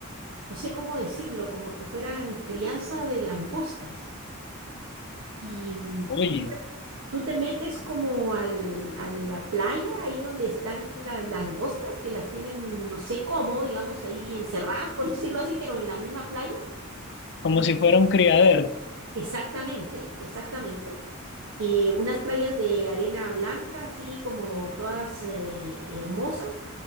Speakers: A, on the right (about 75°); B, on the left (about 55°).
A: no sé cómo decirlo, como que fueran crianza de langostas. Y mm,
B: oye,
A: tú te metes como al, a la playa, ahí donde están las langostas, que las tienen, no sé cómo, digamos, ahí encerradas, por <laughs> decirlo así, pero en la misma playa.
B: como
A: Y
B: si fuera un criadero.
A: exactamente, exactamente. eh, unas playas de arena blanca, así como todas eh, hermosas,